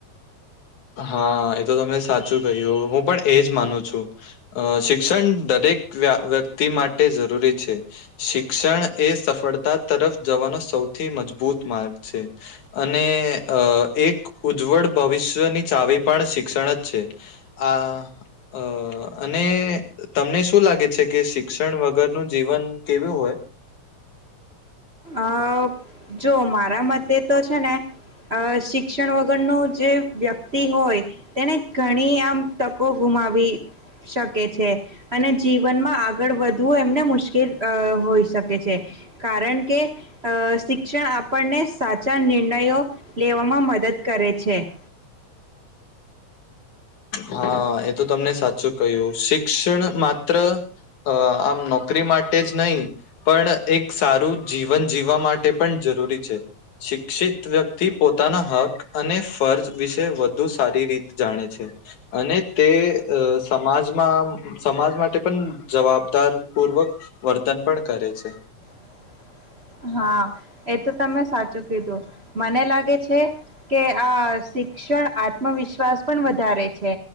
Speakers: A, on the left; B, on the right.
A: હા એ તો તમને સાચું કહ્યું હું પણ એજ માનું છું અ શિક્ષણ દરેક વ્યક્તિ માટે જરૂરી છે શિક્ષણ એ સફળતા તરફ જવાનો સૌથી થી મજબૂત માર્ગ છે અને એક ઉજ્જવળ ભવિષ્યની ાવ પણ શિક્ષણ જ છે અને તમને શું શું લાગે છે કે શિક્ષણ વગરનું જીવન કેવું હોય
B: અ જો મારા મતે તો છે ને અ શિક્ષણ વગર ન જે વ્યક્તિ હોય તેને ઘણી આમ તકો ગુ માવી શકે છે અને જીવનમાં આગળ વધવું એમને મુશ્કેલ હોઈ શકે છે કારણ કે અ શિક્ષણ આપણને સાચા નિર્ણયો લેવામાં મદદ કરે છે <inaudible>
A: હા એ તો તમને સાચું કહ્યું શિક્ષણ માત્ર અ આમ નોકરી માટે જ નહીિ પણ એક સારું જીવન જીવવા માટે પણ જરૂરી છે શિક્ષિત વ્યક્તિ પોતાના હક અને ફર્જ વિશે વધુ સારી રીત જાણે છે અને તે સમાજમાં સમાજ માટે પણ જવાબદાર પૂર્વક વર્તન પણ કરે છે
B: <inaudible> હા એ તો તમે સાચું કીધું મને લાગે છે કે આ શ્ આત્મવિશ્વાસ પણ વધારે છે